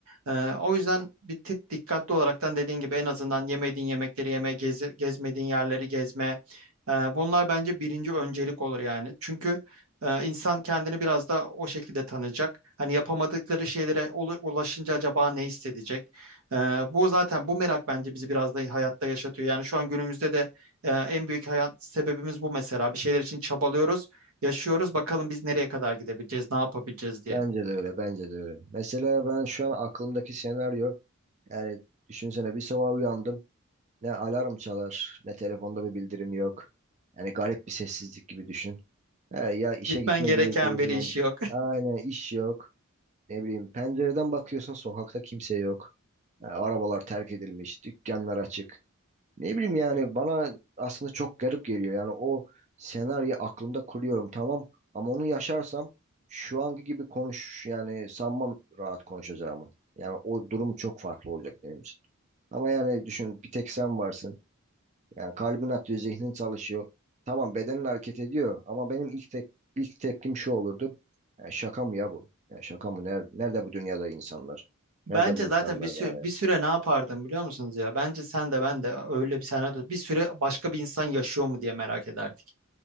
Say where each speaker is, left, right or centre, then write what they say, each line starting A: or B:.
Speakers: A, on the right; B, on the right.
A: Ee, o yüzden bir tık dikkatli olaraktan dediğin gibi en azından yemediğin yemekleri yeme, gez- gezmediğin yerleri gezme. Ee, bunlar bence birinci öncelik olur yani. Çünkü e, insan kendini biraz da o şekilde tanıyacak. Hani yapamadıkları şeylere ulu- ulaşınca acaba ne hissedecek? Ee, bu zaten bu merak bence bizi biraz da hayatta yaşatıyor. Yani şu an günümüzde de e, en büyük hayat sebebimiz bu mesela. Bir şeyler için çabalıyoruz, yaşıyoruz. Bakalım biz nereye kadar gidebileceğiz, ne yapabileceğiz diye.
B: Bence de öyle, bence de öyle. Mesela ben şu an aklımdaki senaryo, yani düşünsene bir sabah uyandım. Ne alarm çalar, ne telefonda bir bildirim yok. Yani garip bir sessizlik gibi düşün. He, ya işe
A: Gitmen
B: gitme
A: gereken
B: gibi bir durum.
A: bir iş yok.
B: Aynen iş yok. Ne bileyim pencereden bakıyorsun sokakta kimse yok. Ha, arabalar terk edilmiş, dükkanlar açık. Ne bileyim yani bana aslında çok garip geliyor. Yani o senaryo aklımda kuruyorum tamam ama onu yaşarsam şu anki gibi konuş yani sanmam rahat konuşacağımı. Yani o durum çok farklı olacak benim için. Ama yani düşün bir tek sen varsın. Yani kalbin atıyor, zihnin çalışıyor. Tamam bedenin hareket ediyor ama benim ilk tek ilk tepkim şu olurdu. Yani şaka mı ya bu? Yani şaka mı? Nerede, nerede bu dünyada insanlar?
A: Bence
B: Nerede bu insanlar
A: zaten bir süre,
B: yani?
A: bir süre ne yapardım biliyor musunuz ya? Bence sen de ben de öyle bir senaryo bir süre başka bir insan yaşıyor mu diye merak ederdik.